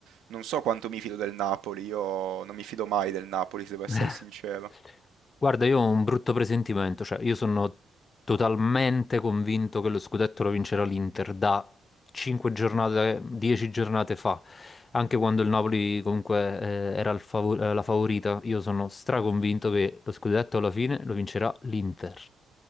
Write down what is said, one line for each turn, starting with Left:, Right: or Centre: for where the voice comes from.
Right: non so quanto mi fido del Napoli, io non mi fido mai del Napoli, se devo essere
Left: <laughs>
Right: sincero.
Left: Guarda, io ho un brutto presentimento, cioè io sono totalmente convinto che lo scudetto lo vincerà l'Inter da 5 giornate, 10 giornate fa, anche quando il Napoli comunque eh, era il favo- eh, la favorita, io sono straconvinto che lo scudetto alla fine lo vincerà l'Inter.